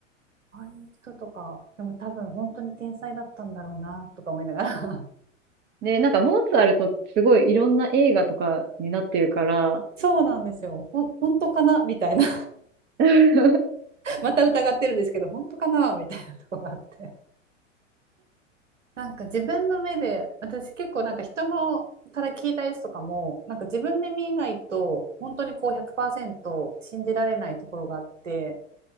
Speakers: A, on the right (about 70°); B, on the right (about 25°).
A: ああいう人とか、でも多分本当に天才だったんだろうな、とか思いながら。
B: で、なんか、モーツァルトってすごいいろんな映画とかになってるから、
A: <laughs> そうなんですよ。ほん、本当かなみたいな。
B: <laughs>
A: <laughs> また疑ってるんですけど、本当かなみたいなとこがあって。なんか自分の目で、私結構なんか人のから聞いたやつとかも、なんか自分で見ないと、本当にこう100%信じられないところがあって、